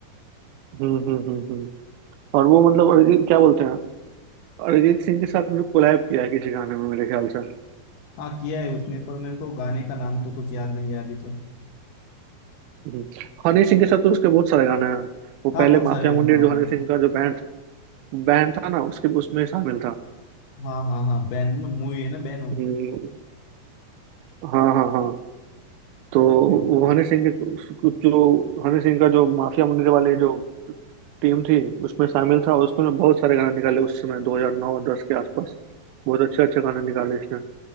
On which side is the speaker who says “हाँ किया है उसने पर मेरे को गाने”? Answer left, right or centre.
Left